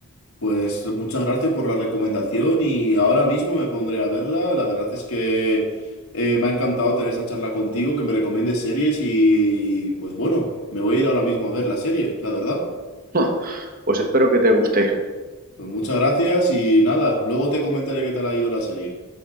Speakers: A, on the left; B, on the right.
A: Pues muchas gracias por la recomendación y ahora mismo me pondré a verla. La verdad es que eh, me ha encantado tener esta charla contigo, que me recomiendes series y pues bueno, me voy a ir ahora mismo a ver la serie, la verdad.
B: <laughs> Pues espero que te guste.
A: Pues muchas gracias y nada, luego te comentaré qué tal ha ido la serie.